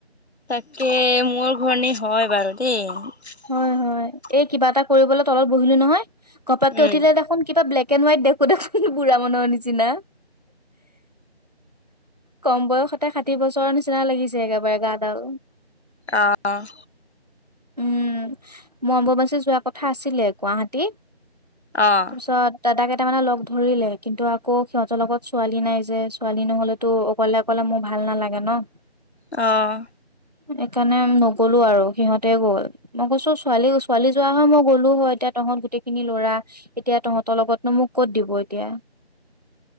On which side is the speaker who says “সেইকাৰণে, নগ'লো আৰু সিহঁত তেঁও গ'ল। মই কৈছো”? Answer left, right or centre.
Right